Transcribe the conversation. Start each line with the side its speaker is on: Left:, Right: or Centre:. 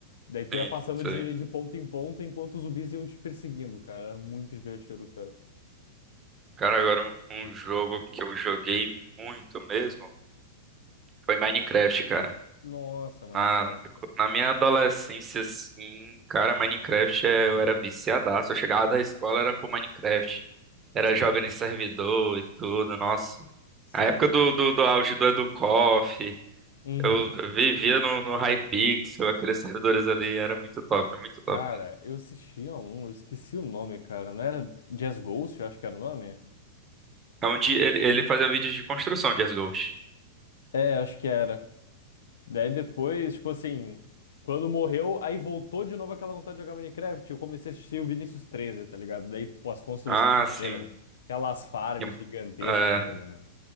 Left: Daí tu
Right: Sim,
Left: ia passando
Right: sim.
Left: de, de ponto em ponto enquanto os zumbis iam te perseguindo, cara. Era muito divertido, cara.
Right: Cara, agora um um jogo que eu joguei muito mesmo. Foi Minecraft, cara.
Left: Nossa, Minecraft.
Right: Na, na minha adolescência, assim, cara, Minecraft é- eu era viciadaço. Eu chegava da escola, era pro Minecraft. Era
Left: Sim,
Right: jogando em servidor e tudo, nossa. A
Left: mano.
Right: época do, do, do auge do Educoff,
Left: Uhum.
Right: eu vivia no, no Hypixel, aqueles servidores ali, era muito top, muito top
Left: Cara,
Right: mesmo.
Left: eu assistia um, eu esqueci o nome, cara. Não era Jazz Ghost, eu acho que era o nome?
Right: É onde ele, ele fazia vídeos de construção de Ghost.
Left: É, acho que era. Daí depois, tipo assim, quando morreu, aí voltou de novo aquela vontade de jogar Minecraft. Eu comecei a assistir o Vinícius 13, tá ligado? Daí, pô, as construções
Right: Ah, sim.
Left: dele, mano. Aquelas farms
Right: Em,
Left: gigantescas
Right: é,
Left: dele, mano.